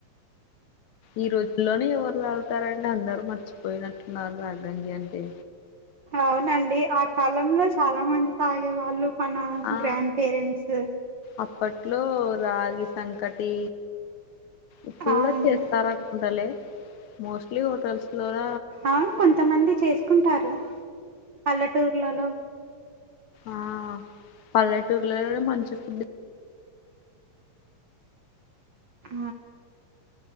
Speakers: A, on the left (about 65°); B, on the right (about 75°).
A: ఈ రోజుళ్ళోనే ఎవ్వరు తగుతారండి అందరు మర్చిపోయినట్టున్నారు రాగంజి అంటే
B: అవునండి ఆ కాలంలో చాలా మంది తాగేవాళ్ళు మన
A: ఆ
B: గ్రాండ్ పేరెంట్స్
A: అప్పట్లో రాగి సంకటి ఇప్పుడు
B: అవును
A: కూడా చేస్తారనుకుంటలే మోస్ట్లీ హోటల్స్ లోన
B: ఆ కొంతమంది చేసుకుంటారు పల్లెటూర్లలో
A: ఆ పల్లెటూర్లోలోనే మంచి ఫుడ్
B: ఆ